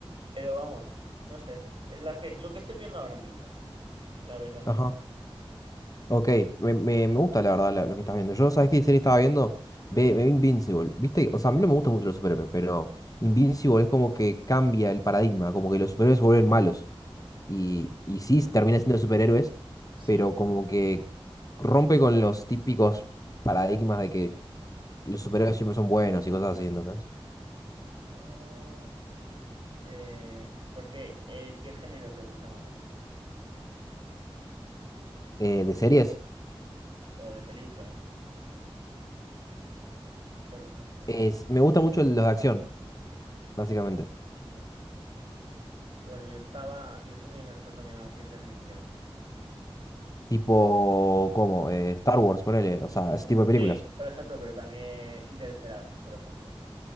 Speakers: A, on the right; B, on the left.
A: Pero vamos, no sé, es la que lo que estoy viendo ahora mismo, la verdad.
B: Ajá. Ok, me, me, me gusta la verdad la- lo que estás viendo. Yo, ¿sabes qué serie estaba viendo? Ve, me vi Invincible. ¿Viste? O sea, a mí no me gustan mucho los superhéroes, pero Invincible es como que cambia el paradigma, como que los superhéroes se vuelven malos. y, y sí
A: Ah,
B: termina siendo superhéroes,
A: Sí.
B: pero como que rompe con los típicos paradigmas de que los superhéroes siempre son buenos y cosas así, ¿entendés?
A: Ah, eh, porque eh, ¿qué género te gusta más a ti?
B: Eh, de series,
A: O de películas, por ejemplo.
B: es, me gusta mucho los de acción, básicamente.
A: Ya. Bueno, yo estaba, yo estoy muy enganchado también a la ciencia ficción.
B: Tipo, como eh, Star Wars, ponele, o sea, ese tipo de películas.
A: Sí, por ejemplo, pero también Interestelar, por ejemplo.